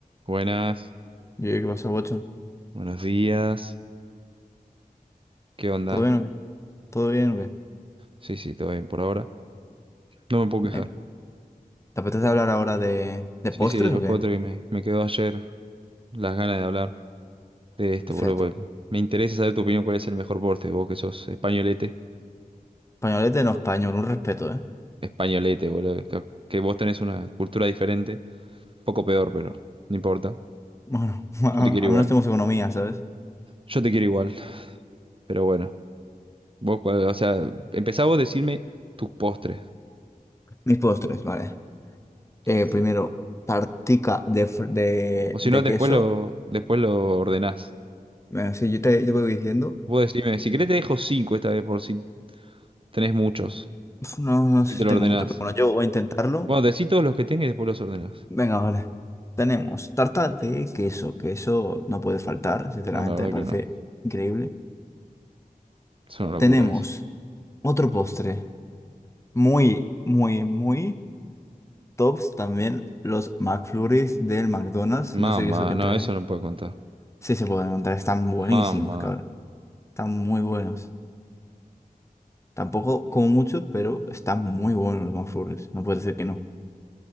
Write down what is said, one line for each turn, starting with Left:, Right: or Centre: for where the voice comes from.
Right: Buenas,
Left: Y yo, ¿qué pasó, Watson?
Right: buenos días. ¿Qué onda?
Left: ¿Todo bien o qué? ¿Todo bien o qué?
Right: Sí, sí, todo bien por ahora. No me puedo
Left: Bien.
Right: quejar.
Left: ¿Te apetece hablar ahora de, de
Right: Sí,
Left: postres
Right: sí, los
Left: o qué?
Right: potres que me, me quedó ayer las ganas de hablar de esto,
Left: Perfecto.
Right: boludo. porque Me interesa saber tu opinión, cuál es el mejor porte, vos que sos españolete.
Left: Españolete no español, un respeto, ¿eh?
Right: Españolete, boludo. Que, que vos tenés una cultura diferente, poco peor, pero no importa.
Left: Bueno, <laughs>
Right: Yo te quiero
Left: al
Right: igual.
Left: menos tenemos economía, ¿sabes?
Right: Yo te quiero igual. Pero bueno, vos, cuál- o sea, empezá vos a decirme tus postres.
Left: Mis postres, vale. Eh,
Right: que se-
Left: primero, tartica de, fr- de,
Right: O si
Left: de
Right: no, después
Left: queso.
Right: lo, después lo ordenás.
Left: Bueno, sí, yo te, yo voy diciendo.
Right: Vos decime,
Left: Y,
Right: si querés te dejo cinco esta vez por si tenés muchos
Left: uf, no, no sé
Right: y te
Left: si
Right: lo
Left: tengo
Right: ordenás.
Left: mucho, pero bueno, yo voy a intentarlo.
Right: Bueno, decí todos los que tengas y después los ordenás.
Left: Venga, vale. Tenemos tarta de queso, que eso no puede faltar, sinceramente,
Right: No, la verdad
Left: me parece
Right: que no.
Left: increíble.
Right: Es una locura
Left: Tenemos
Right: eso.
Left: otro postre. Muy, muy, muy tops también los McFlurries del McDonald's.
Right: Mamá,
Left: No sé qué eso que entraré.
Right: no, eso no puedo contar.
Left: Sí se pueden encontrar, están buenísimos,
Right: Mamá,
Left: cabrón. Están muy buenos. Tampoco como mucho, pero están muy buenos los McFlurries. No puede ser que no.